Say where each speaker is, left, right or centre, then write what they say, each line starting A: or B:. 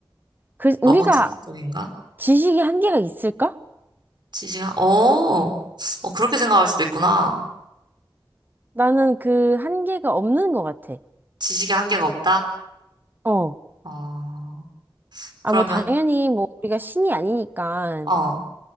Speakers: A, on the right; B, on the right.
A: 그, 우리가
B: 너무 철학적인가?
A: 지식이 한계가 있을까?
B: 지식, 한- 어, 어, 그렇게 생각할 수도 있구나.
A: 나는 그 한계가 없는 것 같아.
B: 지식의 한계가 없다?
A: 어.
B: 어, 그러면,
A: 아, 뭐, 당연히, 뭐, 우리가 신이 아니니까,
B: 어,